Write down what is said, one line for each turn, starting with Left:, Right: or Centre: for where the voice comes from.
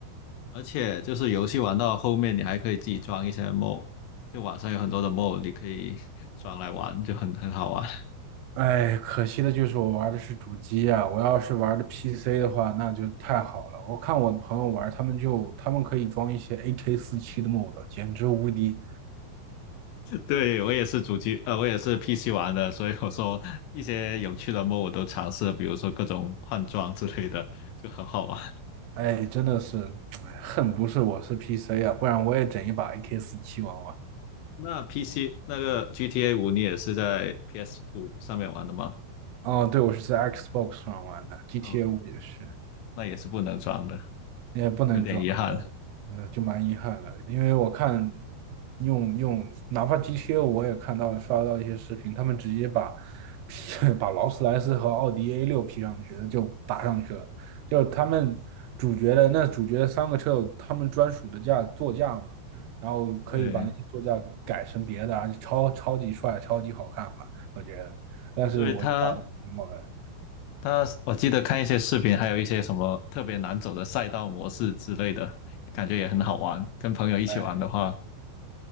Left: 而且就是游戏玩到后面，你还可以自己装一些 mod，就网上有很多的 mod，你可以 <laughs> 装来玩，就很很好玩。
Right: 哎，可惜的就是我玩的是主机啊，我要是玩的 PC 的话，那就太好了。我看我的朋友玩，他们就他们可以装一些 a k 四七的 mod，简直无敌。
Left: 对，我也是主机，呃，我也是 PC 玩的，所以我说一些有趣的 m o 我都尝试了比如说各种换装之类的，就很好玩。
Right: 哎，真的是，哎，恨不是我是 PC 啊，不然我也整一把 a k 四七玩玩。
Left: 那 PC 那个 GTA 五，你也是在 PS 五上面玩的吗？
Right: 哦，对，我是在 Xbox 上玩的，GTA
Left: 哦，
Right: 五也是，
Left: 那也是不能装的，
Right: 也不能装。
Left: 有点遗憾。
Right: 呃，就蛮遗憾的，因为我看用用，哪怕 g t O 我也看到刷到一些视频，他们直接把 <laughs> 把劳斯莱斯和奥迪 a 六 P 上去了，就打上去了，就是他们主角的那主角三个车有他们专属的驾座驾嘛，然后可以把那些座驾改成别的啊，
Left: 对，
Right: 超超级帅，超级好看吧，我觉得，但是我就打不赢我，
Left: 因为他它，我记得看一些视频，还有一些什么特别难走的赛道模式之类的，感觉也很好玩。跟朋友一起玩的话，
Right: 哎